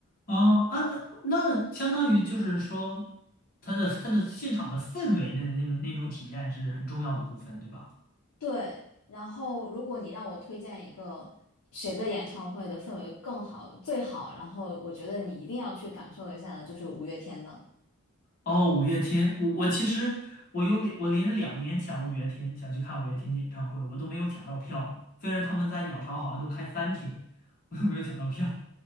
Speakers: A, on the left; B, on the left.
A: 啊啊，那那相当于就是说，它的它的现场的氛围的那种那种体验是很重要的部分，对吧？
B: 对，然后如果你让我推荐一个谁的演唱会的氛围更好、最好，然后我觉得你一定要去感受一下的，就是五月天的。
A: 哦，五月天，我我其实我有两我连着两年抢五月天，想去看五月天的演唱会，我都没有抢到票。虽然他们在鸟巢好像都开三天，我都没有抢到票。